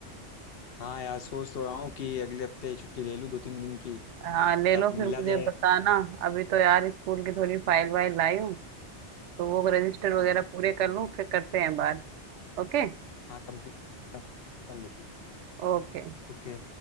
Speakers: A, on the left; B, on the right.
A: हाँ यार सोच तो रहा हूँ कि अगले हफ्ते छुट्टी ले लूँ दो तीन दिन की
B: हाँ ले
A: तब
B: लो फिर
A: मिला
B: मुझे
A: जाए
B: बताना अभी तो यार स्कूल की थोड़ी फाइल वाइल लाई हूँ तो वो रजिस्टर
A: हाँ
B: वगैरह
A: हाँ
B: पूरे कर लूँ फिर करते हैं बात ओके
A: हाँ कम से कम कर लो कर लो
B: ओके
A: ओके